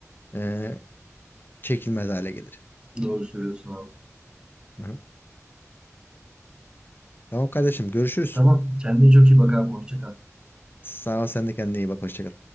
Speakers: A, on the left; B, on the right.
A: e, çekilmez hale gelir.
B: Doğru söylüyorsun abi.
A: Hı hı. Tamam kardeşim görüşürüz.
B: Tamam, kendine çok iyi bak abi. Hoşça kal.
A: Sağ ol sen de kendine iyi bak. Hoşça kal.